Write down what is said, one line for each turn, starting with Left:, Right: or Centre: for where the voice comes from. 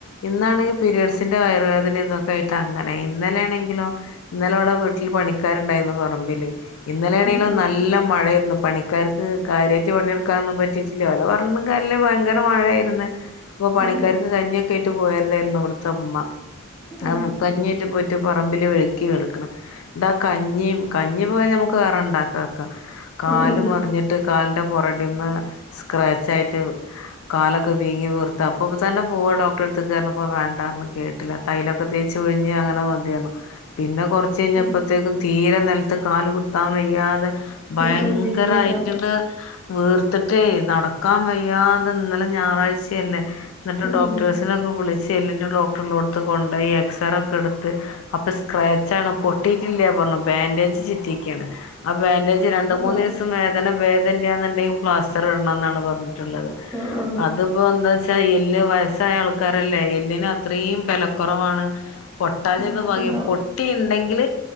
Left: ഇന്നാണെങ്കിൽ പീരയഡ്സിൻ്റെ വയറുവേദന ഇതൊക്കെ ആയിട്ട് അങ്ങനെ ഇന്നലെയാണെങ്കിലോ ഇന്നലെ ഇവിടെ വീട്ടിൽ പണിക്കാരുണ്ടായിരുന്നു പറമ്പില് ഇന്നലെെയാണെങ്കിലും
Centre: ഉം
Left: നല്ല മഴായിരുന്നു പണ ആക്കർക്ക് കാര്യട്ട് പണെടുക്കൊും പിയിട്ടില്ല വ പറ ഭയങ്കര മഴയായിരുന്നു അപ്പൊ പണിക്കാർക്ക്
Centre: ഉം
Left: കഞ്ഞൊക്കെ ഇട്ട് പോയരതായിരുന്നു അവിടുത്തെ അമ്മ
Centre: ഉം
Left: അത് കഞ്ഞീട്ട് പോയിട്ട് പറമ്പില് വെഴുക്കി വെഴ്കിവിണ്ക്ക്ണ് കഞ്ഞിയ കഞ്ഞി പോയാ നമുക്ക് വേറെണ്ടാക്കാം കാല
Centre: ഉം ഉം ഉം
Left: മറിഞ്ഞിട്ട് കാ പുറകിമെ സ്ക്രാച്ച് ആയിട്ട് കാലൊക്കെ വീങ്ങി വീർത്തത്ത് അപ്പൊ തന്നെ പോവാ ഡോക്ടറെ എടുത്ത് കാരഞ്ഞപ്പ വേണ്ടന്ന് കേട്ടില്ല തൈലൊക്കെ തേച്ച് ഒഴിഞ്ഞ് അങ്ങനെ മതിയാണ് പിന്നെ കുറച്ച് കഴിഞ്ഞപ്പത്തേക്കും
Centre: ഉം
Left: തീരെ നിലത്ത് കാല് കുത്താൻ വയ്യാതെ ഭയങ്കരയിട്ടണ്ട്
Centre: ഉം ഉം വീങ്ങിണ്ടാവും
Left: വീർത്തിട്ടേ നടക്കാൻ വയ്യാതെ ഇന്നലെ ഞായറാഴ്ചയല്ലേ എന്നിട്ട്
Centre: ഉം
Left: ഡോക്ടേഴ
Centre: ഉം ഉം
Left: അച്ഛനൊക്കെ വിളിച്ച് എല്ലിൻ്റെ ഡോക്ടറൽോടുത്ത് കൊണ്ട് പോയി എക്സറേ ഒക്കെ എടുത്ത് അപ്പൊ സ്ക്രാച്ച് ആണ് പൊട്ടിയിട്ടില്ല ബാൻഡേജ് ചിറ്റിാണ് ആഹ് ബൻഡേജ് രണ്ട് മൂന്ന്
Centre: ആഹ്
Left: ദിവസം വേദന ഭേദല്ലുണ്ടെങ്കിൽ പ്ലാസ്റ്റർ ഇടണം എന്നാണ് പറഞ്ഞിട്ടുള്ളത്
Centre: ആഹ് ആഹ്
Left: അത് ഇപ്പൾ എന്താ വെച്ചാൽ എല്ല് വയസ്സായ ആൾക്കാരല്ലേ എല്ലിന് അത്രയും ബലക്കുറവാണ് പൊട്ടാന്നത്
Centre: ആഹ് അത്ണ്ടാവും
Left: ഭാഗ്യം പൊട്ടിയ ഉണ്ടെങ്കിൽ